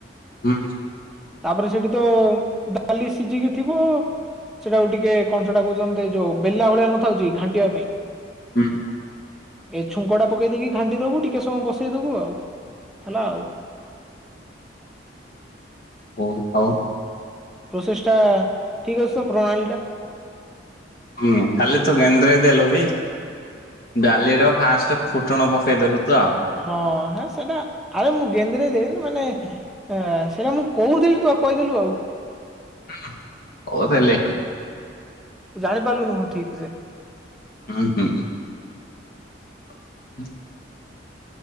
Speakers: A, on the left; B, in the centre.
A: ଉ
B: ତାପରେ ସେଇଡ଼ି ତ ଡାଲି ସିଜିକି ଥିବ। ସେଡ଼ାକୁ ଟିକେ କଣ ସେଟା କଉଛନ୍ତି ଯୋ ବେଲା ଭଳିଆ ନ ଥାଉଛି କି ଘାଣ୍ଟିବା ପାଇଁ।
A: ଉ
B: ଏ ଛୁଙ୍କଡ଼ା ପକେଇ ଦେଇକି ଘାଣ୍ଟି ଦବୁ ଟିକେ ସମୟ ବସେଇ ଦବୁ ଆଉ ହେଲା ଆଉ।
A: ହଉ ଆଉ।
B: ପ୍ରସେସ୍ ଟା ଠିକ୍ ଅସି ତ ପ୍ରଣାଳି ଟା।
A: ହୁଁ କାଲି ତୁ ଗେନ୍ଦ୍ରଇ ଦେଲୁ କି? ଡାଲିର ଫାଷ୍ଟ୍ ଫୁଟଣ ପକେଇଦେଲୁ ତ
B: ହଁ ହେଁ ସେଟା ଆରେ ମୁଁ ଗେନ୍ଦ୍ରେ ଦେନି ମାନେ ଏଁ ସେଇଡ଼ା ମୁଁ କଉଥିଲି ତୁ ଆଉ କଇଦେଲୁ ଆଉ।
A: ହୁଁଉଁ କଉଥିଲେ।
B: ଜାଣିପାର୍ନୁଲୁନୁ ହୁଁ ଠିକ୍ ସେ
A: ଉଁ ହୁଁ <inaudible>